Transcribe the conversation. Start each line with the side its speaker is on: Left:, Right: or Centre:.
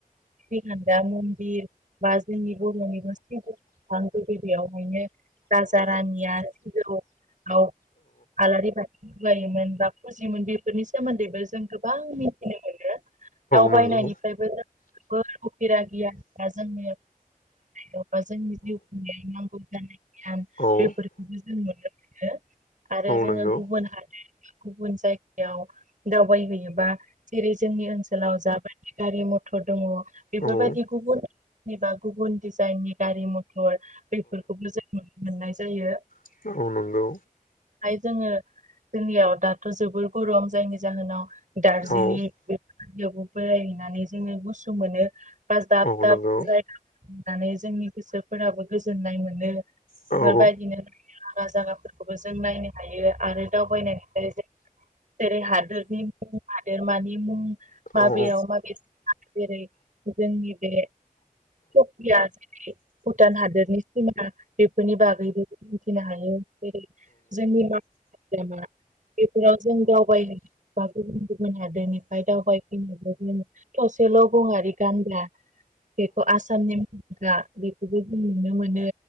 Right: फुजिखानदा मुनदिर बा जोंनि बर नि <unintelligible> <inaudible> राजा रानिया <unintelligible> आलारि बाथि लायोमोन बा फुजियोमोन बेफोरनि सोमोन्दैबो जों गोबां मिथिनो मोनो। दावबायनायनिफ्रायबो
Left: नंगौ
Right: जोबोर उफेरा गियान जोंनि जोंनि जिउ खुंनायाव नांगौ जानाय।
Left: औ-औ-औ-औ
Right: बेफोरखौबो जों नुनो मोनो आरो जोङो
Left: नंगौ
Right: गुबुन हादोर गुबुन जायगायाव दावबायहैयोबा जेरै जोंनि ओनसोलाव जाबायदि गारि मथर दङ
Left: औ-औ-औ
Right: बेफोरबायदि गुबुन गुबुन डिजाइननि गारि मथर बेफोरखौबो जों मोननाय जायो
Left: नंगौ औ-औ नंगौ
Right: जोङो <unintelligible> जोंनियाव दाथ' जोबोर गरम जायनि जाहोनाव दार्जिलिं
Left: औ-औ-औ-औ-औ-औ
Right: बेरायहैनानै जोङो गुसु मोनो। बा दाब
Left: नंगौ औ-औ-औ
Right: दाब
Left: नंगौ
Right: जायगानानै जोंनि गोसोफोराबो गोजोननाय मोनो।
Left: औ-औ-औ-औ
Right: बेफोरबायदिनो
Left: नंगौ
Right: हागा जायगाफोरखौबो जों नायनो हायो आरो दावबायनायनिफ्राय जों जेरै हादोरनि मुं हादोरमानि मुं मा
Left: औ नंगौ
Right: बेयाव माबे जेरै जोंनि बि सकिया जेरै भुटान हादोरनि सिमा बेफोरनि बागैबो मिथिनो हायो जे जोंनि माहारिया बेफोराव जों दावबायै बा गुबुन गुबुन हादोरनिफ्राय दावबायफैनाय जों लोगों मोनो। थसेल' गङारि गान्दा। बेखौ आसामनि मानसिफ्रा बेखौबो जों नुनो मोनो।